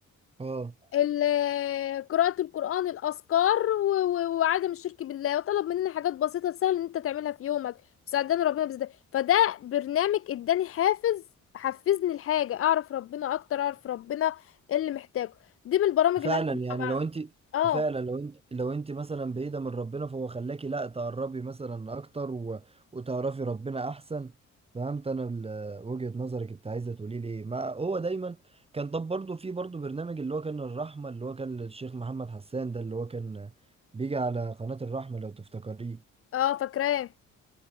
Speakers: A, on the right (about 20°); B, on the left (about 50°).
A: اه
B: ال- آه، قراءة القرآن الأذكار و- و- وعدم الشرك بالله وطلب مننا حاجات بسيطة سهل إن أنت تعملها في يومك ساعدني ربنا بزده فده برنامج اداني حافز حفزني الحاجة أعرف ربنا أكتر أعرف ربنا إيه اللي محتاجه دي من البرامج
A: فعلا
B: اللي أنا <laughs>
A: يعني
B: بتابعها
A: لو انت
B: اه
A: فعلا لو انت لو انت مثلا بعيده من ربنا فهو خلاكي لا تقربي مثلا اكتر و... وتعرفي ربنا احسن فهمت انا ال- وجهه نظرك انت عايزه تقولي لي إيه. ما هو دايما كان طب برضه في برضه برنامج اللي هو كان الرحمه اللي هو كان للشيخ محمد حسان ده اللي هو كان بيجي على قناه الرحمه لو تفتكريه
B: اه فاكراه